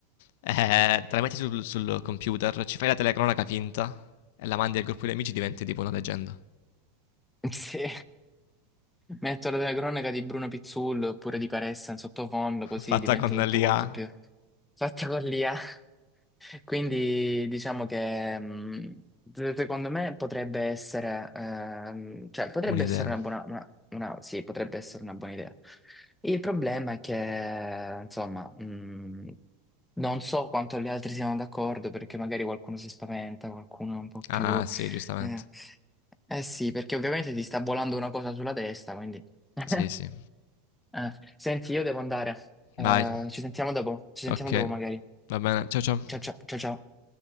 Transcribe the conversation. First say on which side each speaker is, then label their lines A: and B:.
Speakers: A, on the left; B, in the centre.
A: eh, te la metti sul, sul computer, ci fai la telecronaca finta e la mandi al gruppo di amici diventi tipo una leggenda.
B: <laughs> Sì. Metto la cronaca di Bruno Pizzullo oppure di Caressa in sottofondo,
A: <laughs>
B: così
A: Fatta
B: diventa
A: con l'IA.
B: tutto quanto più fatta con l'IA. <laughs> Quindi diciamo che mh, se- secondo me potrebbe essere, ehm, cioè, potrebbe
A: Un'idea.
B: essere una buona, una- una- sì, potrebbe essere una buona idea. Il problema è che, insomma, mhmm, non so quanto gli altri siano d'accordo perché magari qualcuno si spaventa, qualcuno è un po'
A: Ah,
B: più...
A: sì, giustamente.
B: Eh, eh sì, perché ovviamente ti sta volando una cosa sulla testa, quindi... <laughs>
A: Sì, sì.
B: Eh, Senti, io devo andare. Eh,
A: Vai.
B: ci sentiamo dopo, ci sentiamo
A: Ok,
B: dopo magari.
A: va bene. Ciao, ciao.
B: Ciao ciao, ciao ciao.